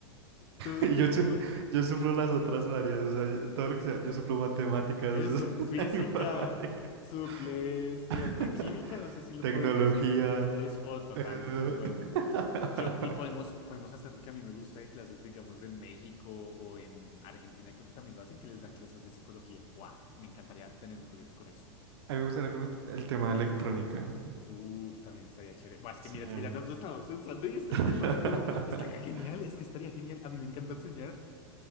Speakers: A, on the left; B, on the right.
A: tú...
B: Y yo, su-
A: tú-
B: yo sufro las otras varias, o sea, yo- todo lo que sea, yo sufro matemáticas,
A: Eso,
B: <laughs>
A: física,
B: informática.
A: suples,
B: <laughs>
A: ¿qué otra? Química, no sé si lo
B: Tecnología.
A: podría... sus- Es, oh, total,
B: eh,
A: súper.
B: <laughs>
A: Yo, y podemos, podemos hacer lo que a mí me gusta de clases, digamos, de en México o en Argentina, creo que también lo hacen, que les dan clases de psicología. Buah, me encantaría tener un colegio con eso.
B: A mí me gustaría que me- el tema de electrónica.
A: Uf, también estaría chévere. Buah, es
B: Sí.
A: que mira, es que ya nos lo estamos pensando y estoy
B: <laughs>
A: pensando como, estaría genial, es que estaría genial. A mí me encanta enseñar.